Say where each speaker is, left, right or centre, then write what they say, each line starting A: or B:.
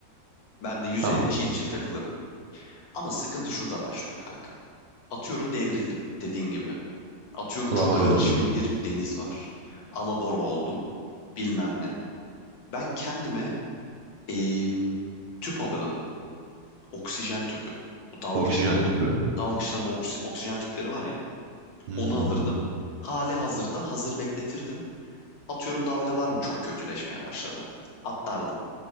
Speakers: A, on the left (about 80°); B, on the right (about 75°).
A: Ben de yüzeyde
B: Tamam.
A: çil çil takılırım. Ama sıkıntı şurada başlıyor kanka. Atıyorum devrildim dediğin gibi. Atıyorum
B: Alabora
A: çok hırçın
B: oldun.
A: bir deniz var. Alabora oldum. Bilmem ne. Ben kendime em, tüp alırdım. Oksijen tüpü. Bu dalgıçların
B: Oksijen tüpü.
A: dalgıçların oksi- oksijen tüpleri var ya.
B: Hmm.
A: Onu alırdım. Hali hazırda hazır bekletirdim. Atıyorum dalgalar mı çok kötüleşmeye başladı. Atlardım.